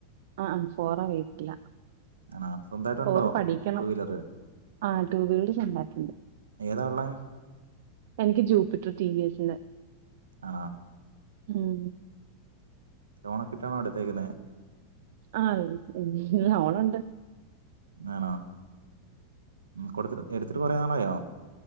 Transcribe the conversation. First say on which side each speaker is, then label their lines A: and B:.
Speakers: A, on the right (about 55°); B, on the right (about 70°).
A: ആഅ ഫോററിയത്തില്ല
B: ആണോ സ്വന്തമായിട്ടുണ്ടോ
A: ഫോറ് പഠിക്കണം
B: ടു വീലർ
A: ആഹ ടു വീലറ് സ്വന്തവായിട്ടെണ്ട്
B: ഏതാ ഉള്ളേ
A: എനിക്ക് ജൂപ്പിറ്റർ ടി വി എസ് ന്റെ
B: ആണോ
A: ഉം
B: ലോണൊക്കെ ഇട്ടാണോ എടുത്തേക്കുന്നെ
A: ആഹ ലോണെണ്ട്
B: ആണോ ഉം കൊടുത്തിട് എടുത്തിട്ട് കൊറന്നാളായോ